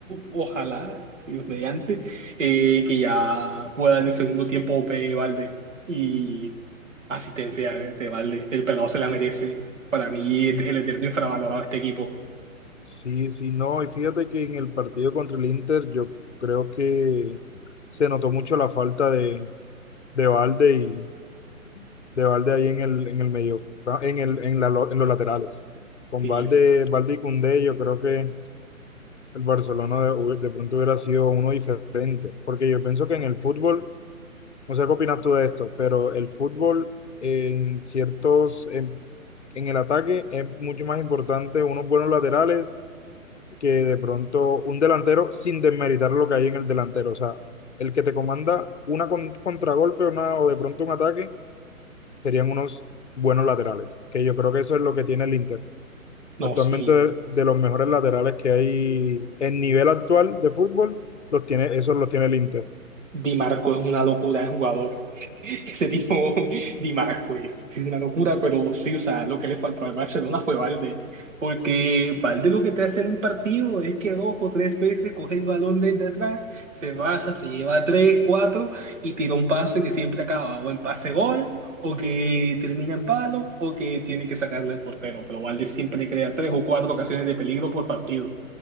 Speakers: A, on the right; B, on the left.
A: ojalá, Dios mediante, eh, que ya pueda en el segundo tiempo ver Valde y asistencia eh, de Valde. El pelado se la merece. Para mí, el
B: Mm,
A: eterno infravalorado de este equipo.
B: Sí, sí, no, y fíjate que en el partido contra el Inter yo creo que se notó mucho la falta de de Valde y de Valde ahí en el, en el medio, en el, en la, lo- en los laterales. Con
A: Sí,
B: Valde, Valde y Koundé, yo creo que el Barcelona de, hu- de pronto hubiera sido uno diferente, porque yo pienso que en el fútbol, no sé qué opinas tú de esto, pero el fútbol en ciertos, en, en el ataque es mucho más importante unos buenos laterales que de pronto un delantero sin desmeritar lo que hay en el delantero, o sea, el que te comanda una con- contragolpe una, o de pronto un ataque serían unos buenos laterales, que yo creo que eso es lo que tiene el Inter.
A: no,
B: Actualmente
A: sí,
B: de, de los mejores laterales que hay en nivel actual de fútbol, los tiene, esos los tiene el Inter.
A: Di Marco es una locura de jugador. Ese tipo <laughs> Di Marquez, es una locura, pero sí, o sea, lo que le faltó al Barcelona fue Valde, porque Valde lo que te hace en un partido es que dos o tres veces coge el balón desde atrás, se baja, se lleva tres, cuatro y tira un pase que siempre acaba o en pase gol, o que termina en palo, o que tiene que sacarle al portero, pero Valde siempre crea tres o cuatro ocasiones de peligro por partido.